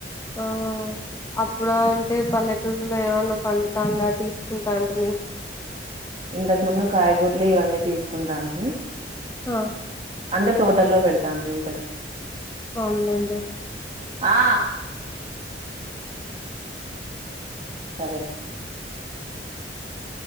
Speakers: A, on the left (about 15°); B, on the right (about 35°).
A: ఆఓ అప్పుడు అంటే పల్లెటూరులో ఏమన్నా పండుతాండా తీసుకుంటా అంటని
B: ఇంతకు ముందు కాయగూరలు ఇవన్నీ తీసుకుంటడాని
A: ఆ
B: అంటే తోటల్లో పెడతాండ్రి ఇంతకముంధ
A: అవునులేండి
B: ఆ సరే అక్క